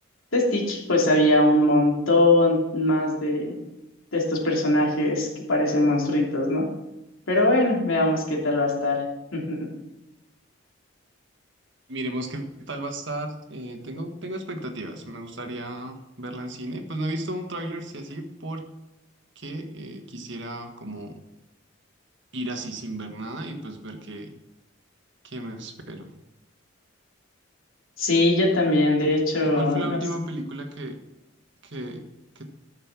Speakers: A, on the left (about 90°); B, on the right (about 65°).
A: de Stitch pues había un montón más de, de estos personajes que parecen monstruitos, ¿no? Pero bueno, veamos qué tal va a estar. <laughs>
B: Miremos qué tal va a estar. eh, tengo, tengo expectativas. Me gustaría verla en cine. Pues no he visto un tráiler, si así, porque eh, quisiera como ir así sin ver nada y pues ver qué, qué me espero.
A: Sí, yo también. De hecho,
B: ¿Y cuál fue
A: no
B: la última
A: sé,
B: película que, que, que,